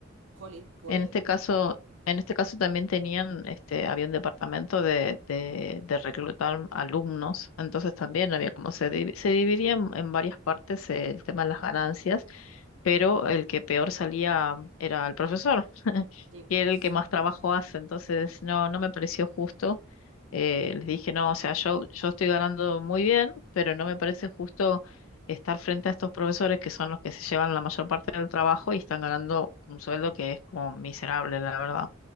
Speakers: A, on the right; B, on the left.
A: Jolín, pues
B: En este caso, en este caso también tenían, este, había un departamento de, de, de reclutar alumnos, entonces también había como se, divi- se dividía en, en varias partes el tema de las ganancias pero el que peor salía era el profesor, <laughs>
A: sí, pues
B: que era el que más trabajo hace, entonces no, no me pareció justo. Eh, les dije, no, o sea, yo, yo estoy ganando muy bien, pero no me parece justo estar frente a estos profesores que son los que se llevan la mayor parte del trabajo y están ganando un sueldo que es como miserable, la verdad.